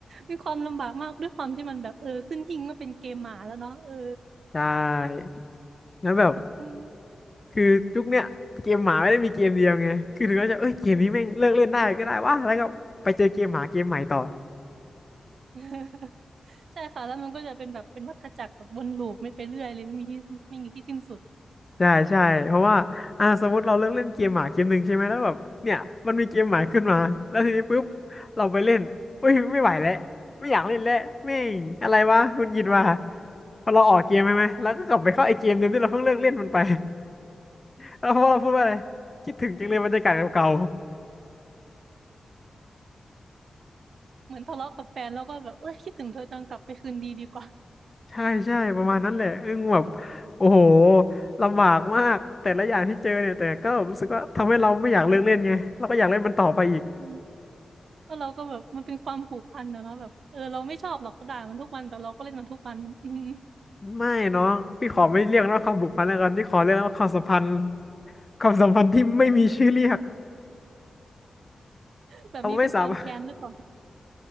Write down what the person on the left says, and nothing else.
ใช่แล้วแบบ
คือยุคเนี้ยเกมหมาไม่ได้มีเกมเดียวไงคือถึงเราจะเอ้ยเกมนี้แม่งเลิกเล่นได้ก็ได้วะแล้วก็ไปเจอเกมหมาเกมใหม่ต่อ
ใช่ใช่เพราะว่าอ่าสมมติเราเลิกเล่นเกมหมาเกมหนึ่งใช่ไหมแล้วแบบเนี่ยมันมีเกมหมาขึ้นมาแล้วทีนี้ปุ๊บเราไปเล่นเอ้ยไม่ไหวแล้วไม่อยากเล่นแล้วแม่งอะไรวะหงุดหงิดว่ะพอเราออกเกมใช่ไหมแล้วก็กลับไปเข้าไอเกมเดิมที่เราเพิ่งเลิกเล่นมันไป แล้วพอเราพูดว่าอะไรคิดถึงจังเลยบรรยากาศเก่า
ๆใช่ใช่ประมาณนั้นแหละอึ้งแบบโอ้โหลำบากมากแต่ละอย่างที่เจอเนี่ยแต่ก็รู้สึกว่าทำให้เราไม่อยากเลิกเล่นไงเราก็อยากเล่นมันต่อไปอีก
ไม่น้องพี่ขอไม่เรียกว่าความผูกพันแล้วกันพี่ขอเรียกว่าความสัมพันธ์ความสัมพันธ์ที่ไม่มีชื่อเรียก
เราไม่สามารถ